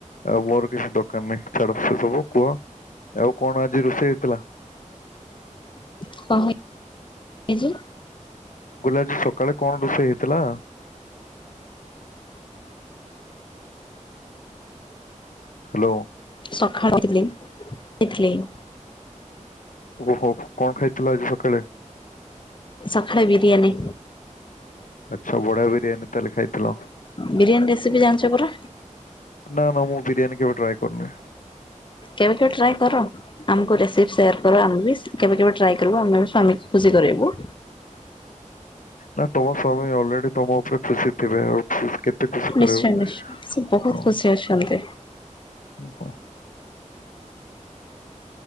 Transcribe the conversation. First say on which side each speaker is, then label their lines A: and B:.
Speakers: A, on the left; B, on the left.
A: ଆଉ ମୋର କିଛି ଦରକାର ନାହିଁ ଛାଡ ସେ ସବୁ କୁହ ଆଉ କଣ ଆଜି ରୋଷେଇ ହେଇଥିଲା।
B: <unintelligible>
A: ଗୁଲାଜୀ ସକାଳେ କଣ ରୋଷେଇ ହେଇଥିଲା। ହାଲୋ।
B: ସକାଳୁ <unintelligible>
A: ଓହ କଣ ଖାଇଥିଲ ଆଜି ସକାଳେ।
B: ସଖାଳେ ବିରିୟାନୀ।
A: ଆଚ୍ଛା ବଢିଆ ବିରିୟାନୀ ତାହେଲେ ଖାଇଥିଲ।
B: ବିରିୟାନୀ ରେସିପି ଜାଣିଛ ପରା?
A: ନା ନା ମୁଁ ବିରିୟାନୀ କେବେ ଟ୍ରାଏ କରୁନି।
B: କେବେ କେବେ ଟ୍ରାଏ କର ଆମକୁ ରେସିପି ସେୟାର କର ଆମେ ବି କେବେ କେବେ ଟ୍ରାଏ। କରିବୁ ଆମେ ବି ସ୍ୱାମୀ କୁ ଖୁସି କରିବୁ।
A: ନା ତମ ସ୍ୱାମୀ ଅଲରେଡି ତମ ଉପରେ ଖୁସି ଥିବେ ଆଉ ଖୁସି କରେଇବ
B: ନିଶ୍ଚୟ ନିଶ୍ଚ ସେ ବହୁତ
A: ହଁ
B: ଖୁସି ଅଛନ୍ତି।
A: ଓହୋ